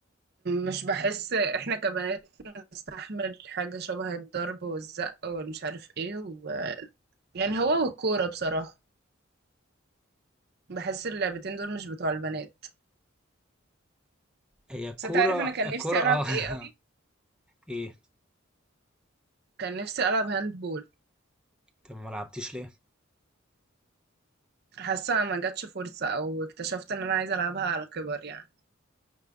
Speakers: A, on the right; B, in the centre.
A: مش بحس احنا كبنات نستحمل حاجة شبه الضرب والزق والمش عارف ايه و... يعني هو والكورة بصراحة بحس اللعبتين دول مش بتوع البنات
B: هي الكورة
A: بس انت عارف انا كان
B: الكورة
A: نفسي العب
B: اه
A: ايه
B: <laughs>
A: قوي
B: إيه؟
A: كان نفسي العب هاندبول
B: طب ما لعبتيش ليه؟
A: حاسة ما جاتش فرصة او اكتشفت ان انا عايزة العبها على كبر يعني